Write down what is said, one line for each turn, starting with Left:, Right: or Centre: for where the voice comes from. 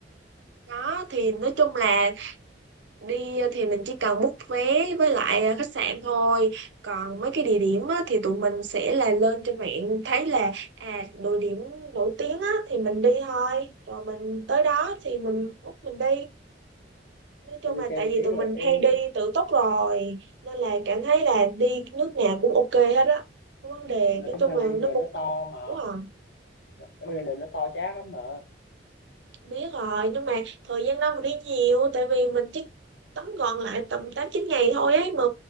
Right: đó thì nói chung là đi thì mình chỉ cần book vé với lại khách sạn thôi còn mấy cái địa điểm á, thì tụi mình sẽ là lên trên mạng thấy là à địa điểm nổi tiếng á, thì mình đi thôi rồi mình tới đó thì mình book mình đi nói chung
Left: tại vì
Right: là
Left: theo
Right: tại
Left: mình
Right: vì
Left: biết
Right: tụi
Left: là
Right: mình
Left: cái
Right: hay đi tự túc rồi nên là cảm thấy là đi nước nào cũng ok hết á Không vấn đề
Left: mà
Right: nói
Left: cái
Right: chung
Left: Malaysia
Right: là nó cũng
Left: nó to mà
Right: hiểu à
Left: nó, cái Malaysia nó to chát lắm mà
Right: biết rồi nhưng mà thời gian đâu mà đi nhiều tại vì mình chỉ tóm gọn lại tầm tám chín ngày thôi ấy mà